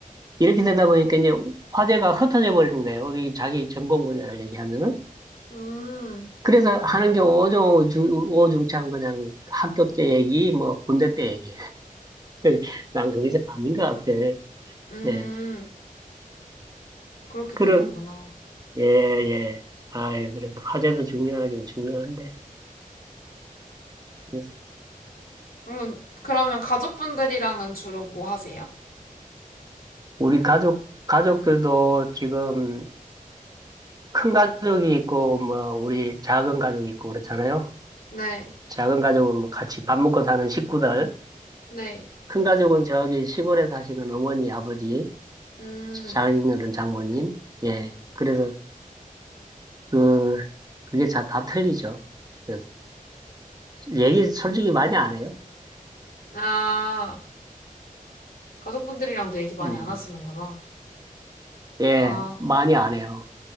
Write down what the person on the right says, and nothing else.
이렇게 되다 보니까 이제 화제가 흩어져 버리는 거예요. 여기 자기 전공 분야를 얘기하면은.
그래서 하는 게 오중, 오중창 그냥 학교 때 얘기, 뭐 군대 때 얘기. <laughs> 난 그게 좀 아닌 것 같아.
예.
그런,
예, 예. 아이, 그래도 화제도 중요하긴 중요한데. 그래서
우리 가족, 가족들도 지금 큰 가족이 있고, 뭐, 우리 작은 가족이 있고 그렇잖아요.
작은 가족은 뭐 같이 밥 먹고 사는 식구들.
큰 가족은 저기 시골에 사시는 어머니, 아버지,
장인어른, 장모님. 예. 그래서 그 그게 자, 다 틀리죠. 그래서 얘기 솔직히 많이 안 해요.
음,
예,
많이 안 해요.